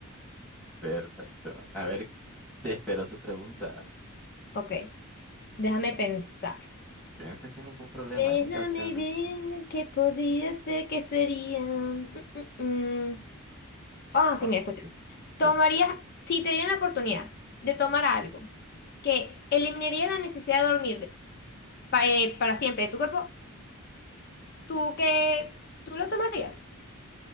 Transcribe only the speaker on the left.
Ok, déjame pensar.
Déjame
ver qué podría ser, qué sería. Mm, mm, mm. Ah, sí,
mira, escucha.
Tomarías,
si te dieran la oportunidad de tomar
algo que eliminaría la necesidad de dormir de- pa- eh, para siempre de tu cuerpo, ¿tú qué? ¿Tú lo tomarías?